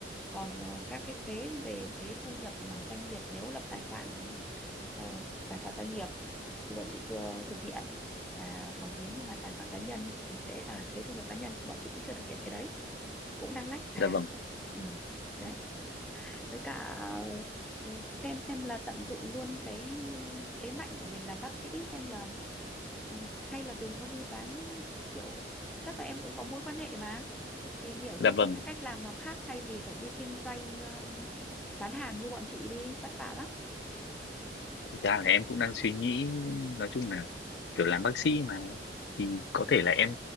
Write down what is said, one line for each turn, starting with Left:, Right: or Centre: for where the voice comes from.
Centre: còn ờ, các cái thuế về thuế thu nhập mà doanh nghiệp nếu lập tài khoản ờ, tài khoản doanh nghiệp thì bọn chị chưa thực hiện là còn nếu như mà tài khoản cá nhân thì sẽ là thuế thu nhập cá nhân thì bọn chị cũng chưa thực hiện cái đấy cũng đang lách mà
Left: dạ vâng,
Centre: ừ. đấy với cả ừ, xem xem là tận dụng luôn cái thế mạnh của mình làm bác sĩ xem là ừ, hay là đừng có đi bán kiểu chắc là em cũng có mối quan hệ mà tìm hiểu
Left: dạ
Centre: xem có
Left: vâng.
Centre: cái cách làm nào khác thay vì phải đi kinh doanh ờ, bán hàng như bọn chị đi vất vả lắm
Left: Thực ra là em cũng đang suy nghĩ nói chung là kiểu làm bác sĩ mà thì có thể là em